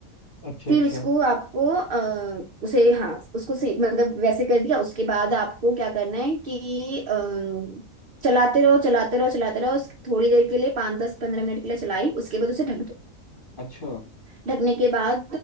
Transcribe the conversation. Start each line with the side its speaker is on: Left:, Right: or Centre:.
Left: अच्छा
Right: फिर
Left: अच्छा
Right: उसको आपको आ, उसे हाँ उसको से, मतलब वैसे कर दिया उसके बाद आपको क्या करना है कि अम, चलाते रहो चलाते रहो चलाते रहो उस- थोड़ी देर के लिए पाँच दस पंद्रह मिनट के लिए चलाई उसके बाद उसे ढक दो
Left: अच्छा
Right: ढकने के बाद